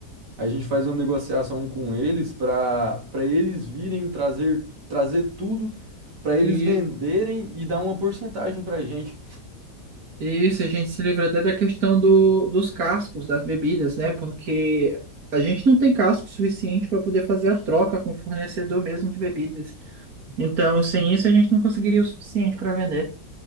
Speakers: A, on the right; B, on the right.
A: A gente faz uma negociação com eles para para eles virem trazer, trazer tudo, para
B: isso,
A: eles venderem e dar uma porcentagem pra gente.
B: isso. A gente se livra até da questão do, dos cascos das bebidas, né? Porque a gente não tem casco suficiente para poder fazer a troca com o fornecedor mesmo de bebidas. Então, sem isso, a gente não conseguiria o suficiente para vender.